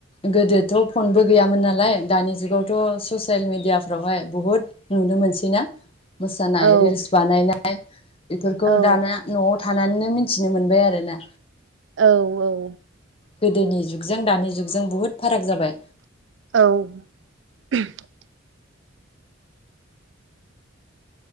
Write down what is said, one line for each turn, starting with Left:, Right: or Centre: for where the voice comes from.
Left: गोदोथ' फनबो गैयामोन नालाय दानि जुगावथ' ससियेल मिेडियाफ्रावहाय बुहुद नुनो मोनसैना मोसानाय
Right: औ
Left: रिल्स बानायनाय <unintelligible> बेफोरखौ
Right: औ
Left: दाना न'आव थानानैनो मिथिनो मोनबाय आरोना
Right: औ औ
Left: गोदोनि जुगजों दानि जुगजों बुहुद फाराग जाबाय
Right: औ <unintelligible>